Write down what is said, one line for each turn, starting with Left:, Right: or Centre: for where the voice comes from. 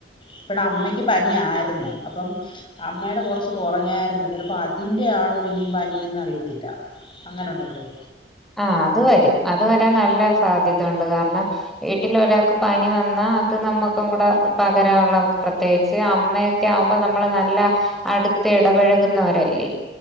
Left: ഇവടെ അമ്മക്ക് പനിയാരുന്നു അപ്പം അമ്മാടെ കൊറച്ച് കൊറഞ്ഞായിരുന്നു ചെലപ്പോ അതിന്റെ ആണോ ഇനിയും പനീന്ന് അറിയത്തില്ല അങ്ങനെ ഉണ്ടല്ലോ
Centre: ആഹ് അത് വരും അത് വരാൻ നല്ല സാധ്യത ഉണ്ട് കാരണം വീട്ടിൽ ഒരാൾക്ക് പനി വന്നാ അത് നമ്മക്കും കൂടെ പകരാനുള്ള പ്രത്യേകിച്ച് അമ്മയൊക്കെ ആകുമ്പോ നമ്മള് നല്ല അടുത്ത് ഇടപഴകുന്നവരല്ലേ